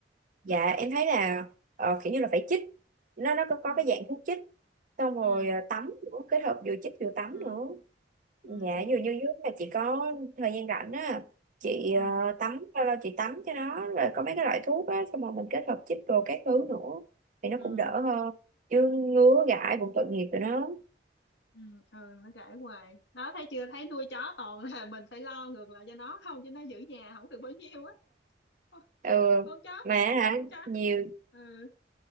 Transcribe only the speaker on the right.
Dạ em thấy là ờ, kiểu như là phải chích nó nó có,
có cái dạng thuốc chích xong rồi
ờ, tắm nữa kết hợp vừa chích vừa tắm
nữa
dạ
dường như dưới là chị có thời gian rảnh á chị
ờ, tắm bao lâu chị tắm cho nó rồi có mấy cái loại thuốc á xong rồi mình kết hợp chích đồ các thứ nữa thì nó
cũng đỡ hơn chứ ngứa
gãi cũng tội nghiệp tụi nó
ừ
mà hả
nhiều